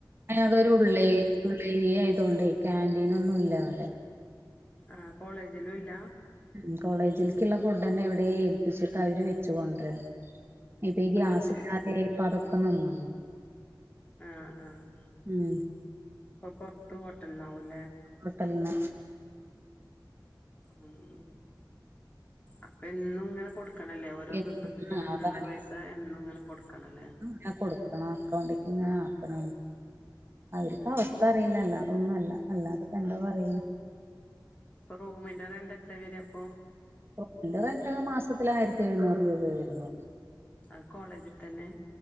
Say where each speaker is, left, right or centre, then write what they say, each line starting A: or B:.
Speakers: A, on the right; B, on the left.
A: അതൊരു ഉള്ളേ ഉള്ളേരിയ ആയത് കൊണ്ടേ ക്യാൻ്റീൻ ഒന്നും ഇല്ല അവിടെ
B: ആഹ് കോളേജിലുല്ല
A: ഉം കോളേജിൽക്ക്ള്ള ഫുഡന്നെ എവിടെ ഏൽപ്പിച്ചിട്ട് അവര് വെച്ചു കൊണ്ടരാ. ഇപ്പാ ഈ ഗ്യാസ്
B: അത് ശരി
A: ഇല്ലാതെ ഇപ്പ അതൊക്കെ നിന്നു
B: ആഹ് ആഹ്
A: ഉം
B: ഇപ്പൊ പൊറത്ത് ഹോട്ടൽന്നാവുല്ലേ?
A: ഒട്ടൽന്ന്
B: ഉം അപ്പാ എന്നും ഇങ്ങനെ കൊട് ക്കണല്ലേ ഓരോ
A: എന്നും
B: ദിവസത്തെ ചെിലവിനുള്ള
A: അതാണ്
B: പൈസ എന്നും ഇങ്ങനെ കൊടുക്കണല്ലേ
A: ഞാൻ കൊടുക്കണോ അക്കോണ്ടിക്ക് ഇങ്ങനെ ആക്കണ അവർക്ക് അവസ്ഥ അറിയില്ല അതൊന്നും അല്ല അല്ലാതെ പെ എന്ത പറയ
B: ഇപ്പൊ റൂമിന്റെ റെന്റ് എത്ര വര അപ്പൊ
A: റൂമിന്റെ റെന്റെ മാസത്തില് ആയിരത്തി എഴുന്നൂറ് രൂപ വരുന്നുള്ളു
B: അത് കോളേജി തന്നെ